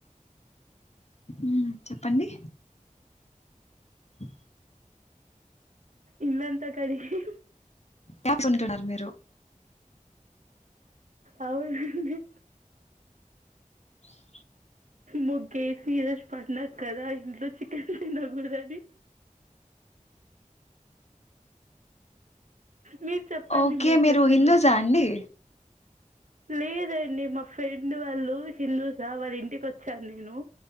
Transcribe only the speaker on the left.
ఉమ్ చెప్పండి. హ
<unintelligible> నారు మీరు
అ
ఓకే
మీరు
హిందూసా అండి